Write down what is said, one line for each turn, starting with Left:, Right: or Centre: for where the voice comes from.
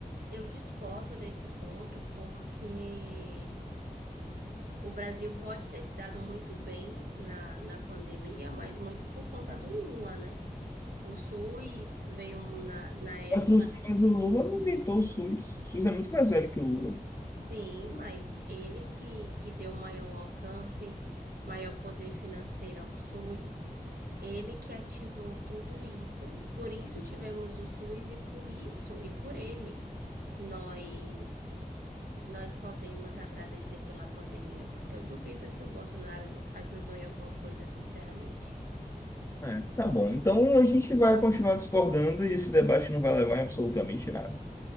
Right: Eu discordo desse ponto porque o Brasil pode ter se dado muito bem na, na pandemia, mas muito por conta do Lula, né? O SUS veio na, na época
Left: Mas, os- mas o Lula não inventou o SUS. O SUS é muito mais velho que o Lula.
Right: Sim, mas ele que, que deu maior alcance, maior poder financeiro ao SUS, ele que ativou tudo isso, por isso tivemos o SUS e por isso e por ele nós nós podemos agradecer pela pandemia, porque eu duvido que o Bolsonaro ajudou em alguma coisa, sinceramente.
Left: É, tá bom. Então a gente vai continuar discordando e esse debate não vai levar em absolutamente nada.